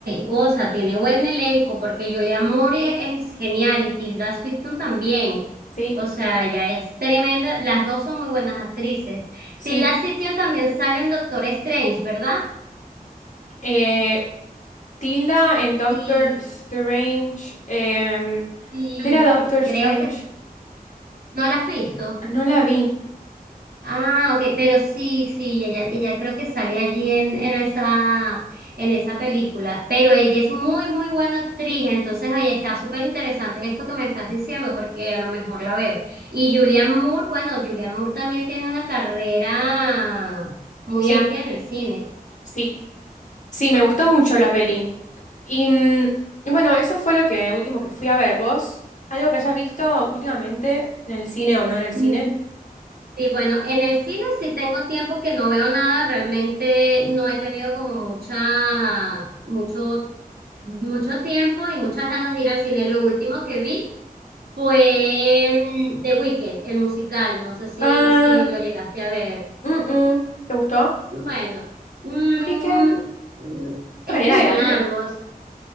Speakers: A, on the right (about 80°); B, on the left (about 50°).
A: O sea, tiene buen elenco porque Julia Moore es genial y Tilda Swinton también.
B: Sí,
A: O sea, ella es tremenda. Las dos son muy buenas actrices.
B: sí.
A: Tilda Swinton también sale en Doctor Strange, ¿verdad?
B: Eh, Tilda en Doctor
A: Sí,
B: Strange. em,
A: sí,
B: ¿cuál era Doctor
A: sí,
B: Strange?
A: creo que... sí. ¿No la has visto?
B: No la vi.
A: Ah, ok, pero sí, sí, ella, ella creo que sale allí en, en esa, en esa película, pero ella es muy, muy buena actriz, entonces ahí está súper interesante esto que me estás diciendo, porque a lo mejor la veo. Y Julianne Moore, bueno, Julianne Moore también tiene una carrera muy
B: Sí,
A: amplia en el cine.
B: sí. Sí, me gustó mucho la peli. Y, mm, y bueno, eso fue lo que último que fui a ver. ¿Vos? ¿Algo que hayas visto últimamente en el cine o no en el
A: Mm,
B: cine?
A: Y bueno, en el cine sí tengo tiempo que no veo nada, realmente no he tenido como mucha, mucho mucho tiempo y muchas ganas de ir al cine. Lo último que vi Fue mm, The Wicked, el musical, no sé si,
B: Ah,
A: si lo llegaste a ver.
B: mm, mm. ¿Te gustó?
A: Bueno, mm,
B: Wicked.
A: mm,
B: Con
A: es
B: Ariana
A: muy
B: Grande.
A: largo. es-